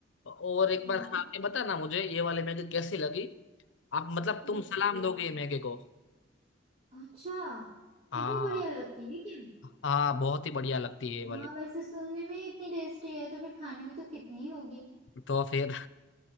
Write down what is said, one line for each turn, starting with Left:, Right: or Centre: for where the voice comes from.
Left: और एक
Right: हाँ
Left: बार खा के बताना मुझे ये वाली मैगी कैसी लगी आप मतलब तुम
Right: ओके
Left: सलाम दोगे ये मैगी को
Right: अच्छा
Left: हाँ
Right: इतनी बढ़िया लगती है क्या
Left: हाँ बहुत ही बढ़िया लगती है ये वाली
Right: हाँ वैसे सुनने में ही इतनी टेस्टी है तो फिर खाने में तो कितनी ही होगी
Left: तो फिर